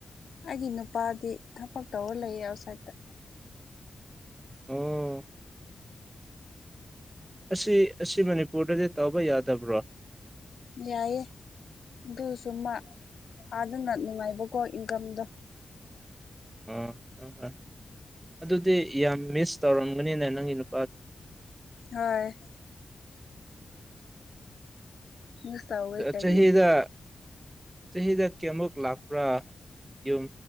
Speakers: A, on the left; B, on the right.
A: ꯑꯩꯒꯤ ꯅꯨꯄꯥꯗꯤ ꯊꯕꯛ ꯇꯧꯔ ꯂꯩꯌꯦ ꯑꯥꯎꯠꯁꯥꯏꯗꯠꯇ
B: ꯎꯝ ꯑꯁꯤ ꯑꯁꯤ ꯃꯅꯤꯄꯨꯔꯗꯗꯤ ꯇꯧꯕ ꯌꯥꯗꯕ꯭ꯔꯣ
A: ꯌꯥꯑꯌꯦꯦ ꯑꯗꯨꯁꯨ ꯃꯥ ꯑꯥꯗꯅ ꯅꯨꯡꯉꯥꯏꯕꯀꯣ ꯏꯟꯀꯝꯗꯣ
B: ꯑꯣ ꯍꯣꯏ ꯍꯣꯏ ꯑꯗꯨꯗꯤ ꯌꯥꯝ ꯃꯤꯁ ꯇꯧꯔꯝꯒꯅꯤꯅꯦ ꯅꯪꯒꯤ ꯅꯨ
A: ꯍꯣꯏ ꯃꯤꯁ ꯇꯧꯋꯦ ꯀꯔꯤ
B: ꯆꯍꯤꯗ ꯆꯍꯤꯗ ꯀꯌꯥꯃꯨꯛ ꯂꯥꯛꯄ꯭ꯔꯥ ꯌꯨꯝ